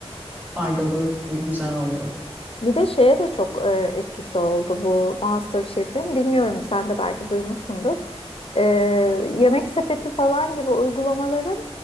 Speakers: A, on the right; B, on the left.
A: faydalı ve güzel oldu.
B: Bir de şeye de çok e, etkisi oldu bu MasterChef'in. Bilmiyorum sen de belki duymuşsundur. E, Yemek Sepeti falan gibi uygulamaların